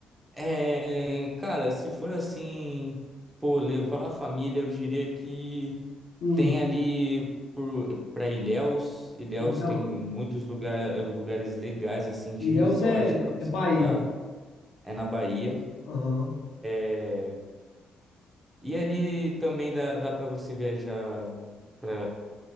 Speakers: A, on the right; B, on the left.
A: é, cara, se for assim, pô, levar a família, eu diria que
B: Hum,
A: tem ali por, pra Ilhéus, Ilhéus
B: Ilhéus,
A: tem muitos lugar, lugares legais assim de
B: Ilhéus
A: resort
B: é,
A: pra você
B: é Bahia.
A: ficar, é na Bahia.
B: Aham,
A: é, E ali também dá, dá para você viajar para